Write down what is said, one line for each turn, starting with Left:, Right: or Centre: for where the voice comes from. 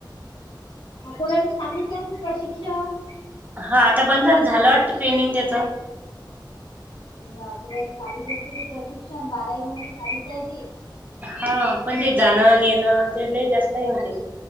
Left: अकोल्यात चालूच आहे प्रशिक्षण
Right: हा आता बंद झालं झालं वाटत ट्रेनिंग त्याच
Left: नकऱ्या चालूच असते ते प्रशिक्षण बाराही महिने चालूच आहे ते
Right: हा पण ते जाणं नेणं ते जास्त होते